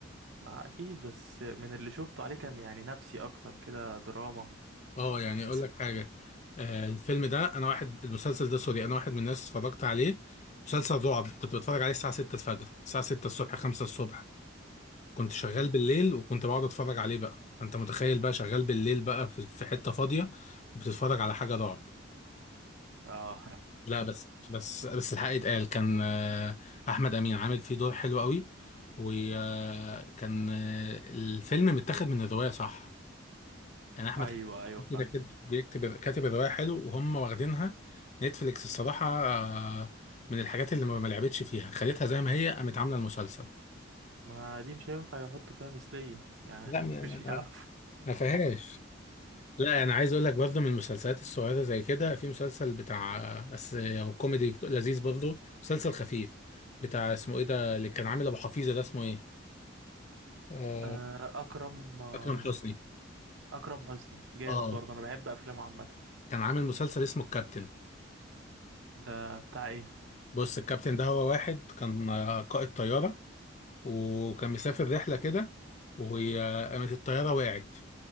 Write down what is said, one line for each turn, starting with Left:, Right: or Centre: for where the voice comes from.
Right: ما اكيد بس من اللي شفته عليه كان يعني نفسي اكتر كده دراما
Left: اه يعني
Right: بس
Left: اقول لك حاجه آه، الفيلم ده انا واحد المسلسل ده سوري انا واحد من الناس اتفرجت عليه مسلسل رعب كنت بتفرج عليه الساعه 6 الفجر الساعه 6 الصبح 5 الصبح كنت شغال
Right: مم.
Left: بالليل وكنت بقعد اتفرج عليه بقى انت متخيل بقى شغال بالليل بقى في في حته فاضيه وبتتفرج على حاجه رعب
Right: اه
Left: لا بس بس بس الحق يتقال كان آه، احمد امين عامل فيه دور حلو قوي وكان الفيلم متاخد من الروايه صح يعني احمد
Right: ايوه ايوه فاهم
Left: كده كده بيكتب كاتب الروايه حلو وهم واخدينها نتفليكس الصراحه آه، من الحاجات اللي ما ما لعبتش فيها خليتها زي ما هي قامت عامله المسلسل
Right: ما دي مش هينفع يحطوا فيها مثلية يعني
Left: لا م-
Right: <laughs> مش هيعرف
Left: ما فيهاش لا انا عايز اقول لك برضه من المسلسلات الصغيره زي كده في مسلسل بتاع بس هو كوميدي لذيذ برضه مسلسل خفيف بتاع اسمه ايه ده اللي كان عامل ابو حفيظه ده اسمه ايه آه،
Right: آه، اكرم آه،
Left: اكرم حسني
Right: اكرم حسني جامد
Left: اه
Right: برضه انا بحب افلامه عامة
Left: كان عامل مسلسل اسمه الكابتن
Right: ده بتاع ايه
Left: بص الكابتن ده هو واحد كان آه، قائد طياره وكان مسافر رحله كده وقامت الطياره وقعت